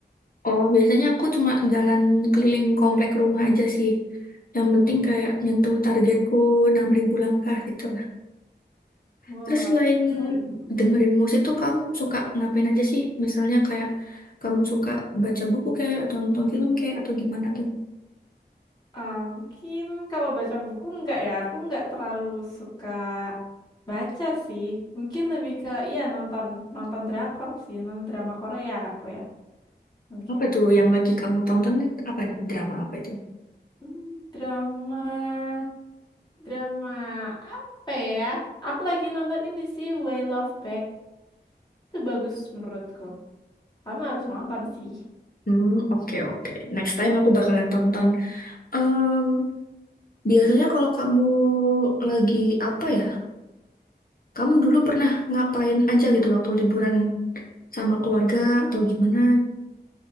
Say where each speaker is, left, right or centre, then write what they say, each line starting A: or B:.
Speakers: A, on the left; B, on the left.
A: oh biasanya aku cuma jalan keliling komplek rumah aja sih. Yang penting kayak nyentuh targetku 6.000 langkah gitu.
B: Wah,
A: Terus selain
B: 6.000.
A: dengerin musik tuh kamu suka ngapain aja sih? Misalnya kayak kamu suka baca buku kayak atau nonton film kayak atau gimana tuh?
B: Ah, mungkin kalau baca buku enggak ya, aku enggak terlalu suka baca sih. Mungkin lebih ke iya nonton nonton drakor sih, nonton drama Korea aku ya, mungkin.
A: Apa tuh yang lagi kamu tonton nih? apa nih? drama apa itu?
B: Hmm, drama drama apa ya? Aku lagi nonton ini sih Way Love Back. Itu bagus menurutku. Kamu harus nonton sih.
A: Hmm, oke oke. Next time aku bakalan tonton. Em, biasanya kalau kamu lagi apa ya? Kamu dulu pernah ngapain aja gitu waktu liburan sama keluarga atau gimana?